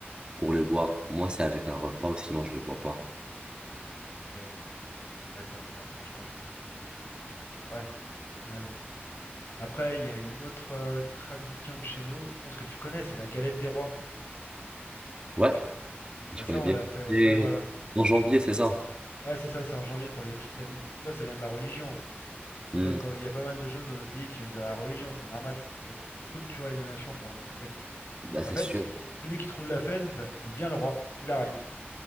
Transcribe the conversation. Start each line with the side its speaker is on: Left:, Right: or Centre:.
Right: pour le boire. Moi, c'est avec un repas ou sinon je le bois pas.
Left: ok, D'accord, ouais, non, mais je comprends. Euh, Ouais, c'est pas la même chose. Après, il y a une autre euh, tradition de chez nous. Je pense que tu connais, c'est la galette des rois.
Right: Ouais, je
Left: Bah
Right: connais
Left: ça, on
Right: bien.
Left: l'a fait.
Right: Et
Left: Ouais, voilà.
Right: en janvier, c'est ça.
Left: Ouais, c'est ça, c'est en janvier pour l'épiphanie. Tu vois, ça vient de la religion aussi. hein. Il
Right: Hmm,
Left: y a pas, quand- il y a pas mal de choses dans nos pays qui viennent de la religion, c'est normal, c'est ce qui a structuré nos nations pendant des siècles.
Right: Bah,
Left: Et
Right: c'est
Left: en fait,
Right: sûr.
Left: celui qui trouve la fève, il devient le roi ou la reine.